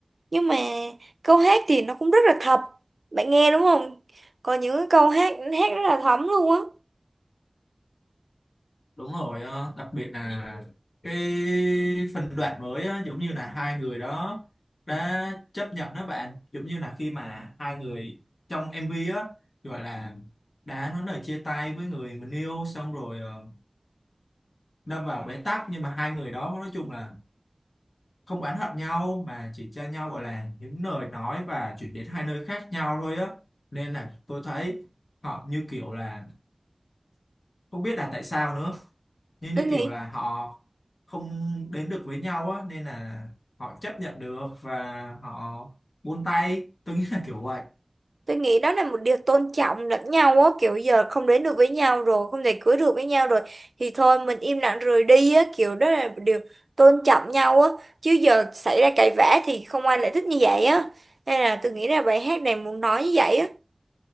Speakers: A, on the right; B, on the left.
A: Nhưng mà câu hát thì nó cũng rất là thật, bạn nghe đúng không? Có những cái câu hát hát rất là thấm luôn á.
B: đúng rồi ờ, đặc biệt là cái phần đoạn mới á, giống như là hai người đó đã chấp nhận đó bạn giống như là khi mà hai người trong MV á gọi là đã nói lời chia tay với người mình yêu xong rồi ờ, đâm vào bế tắc nhưng mà hai người đó nói chung là không oán hận nhau mà chỉ cho nhau gọi là những lời nói và chuyển đến hai nơi khác nhau thôi á nên là tôi thấy họ như kiểu là không biết là tại sao nữa như như
A: Tôi nghĩ
B: kiểu là họ không đến được với nhau á nên là họ chấp nhận được và họ buông tay tôi nghĩ là kiểu vậy
A: Tôi nghĩ đó là một điều tôn trọng lẫn nhau á, kiểu giờ không đến được với nhau rồi, không thể cưới được với nhau rồi thì thôi mình im lặng rời đi á, kiểu đó là một điều tôn trọng nhau á, chứ giờ xảy ra cãi vã thì không ai lại thích như vậy á. Nên là tôi nghĩ là bài hát này muốn nói như vậy á.